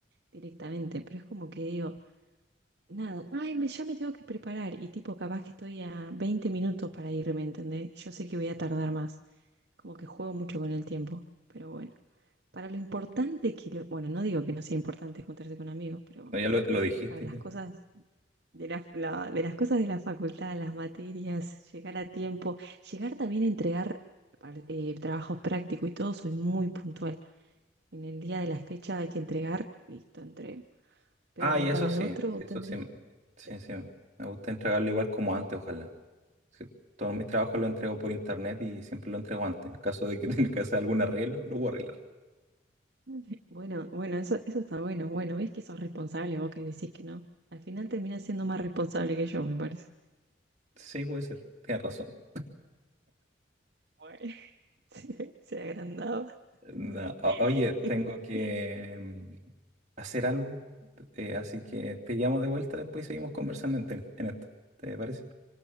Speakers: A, on the right; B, on the right.
A: directamente, pero es como que digo, nada, ay, me, ya me tengo que preparar y tipo, capaz que estoy a 20 minutos para irme, ¿entendés? Yo sé que voy a tardar más, como que juego mucho con el tiempo, pero bueno, para lo importante que lo... Bueno, no digo que no sea importante encontrarse con amigos, pero
B: No, ya lo, lo dijiste
A: para las
B: ya.
A: cosas de la- la- de las cosas de la facultad, las materias, llegar a tiempo, llegar también a entregar par- eh, trabajos prácticos y todo, soy muy puntual. En el día de la fecha hay que entregar, listo, entrego. Pero
B: Ah, y eso
A: para
B: sí,
A: lo otro
B: sí, eso
A: tendría...
B: sí. Sí,
A: sí.
B: sí. Me gusta entregarlo igual como antes, ojalá. Sí, todos mis trabajos los entrego por internet y siempre lo entrego antes. En caso de que <laughs> tenga que hacer algún arreglo, lo voy a arreglar.
A: <laughs> Bueno, bueno, eso, eso está bueno. Bueno, ves que sos responsable vos que decís que no. Al final terminás siendo más responsable que yo, me parece.
B: Sí, puede ser. Tienes razón.
A: Bueno, <laughs> se, se agrandaba.
B: No, o-
A: <laughs>
B: Oye, tengo que mm, hacer algo, eh, así que te llamo de vuelta después y seguimos conversando en, en esto. ¿Te parece?